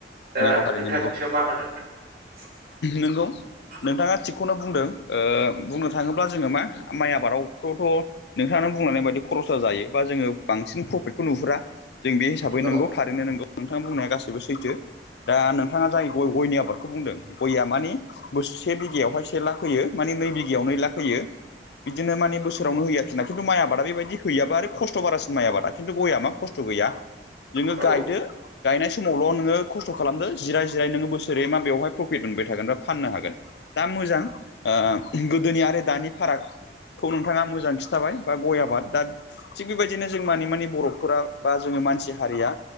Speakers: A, on the right (about 55°); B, on the left (about 65°).
A: दा
B: नंगौ थारैनो
A: नोंथाङा
B: नंगौ
A: बिनि सायाव मा होनो नोंथां
B: नंगौ नोंथाङा थिगखौनो बुंदों ओ बुंनो थाङोब्ला जोङो मा माइ आबादावथथ' नोंथाङानो बुंलनाय बायदि खरसा जायो बा जोङो बांसिन प्रफिटखौ नुहुरा जों बे हिसाबै नोंगौ
A: औ
B: थारैनो नोंगौ नोंथां बुंनाया गासैबो सैथो दा नोंथाङा जाय गय गयनि आबादखौ बुंदों गयआ मानिे बो से बिघायावहाय से लाख होयो माने नै बिघायाव नै लाख होयो बिदिनो माने बोसारावनो होयो आरोखिना खिनथु माइ आबादा बेबायदि होयोाबा आरो खसथ' बारसिन म आाद खिनथु गया म खसथ' गैया नोङो
A: औ
B: गायदो गायनाय समावल' नोङो खसथ' खालामदो जिराय जिराय नोङो बोसोरै मा बेवहाय प्रफिट मोनबाय थागोन बा फाननो हागोन दा मोजां ओ गोदोनि आरो दानि फाराग खौ नोंथाङा मोजां खिनथाबाय बा गय आबाद दा थिग बेबायदिनो जों मानि मानि बर'फोरा बा जोङो मानसि हारिया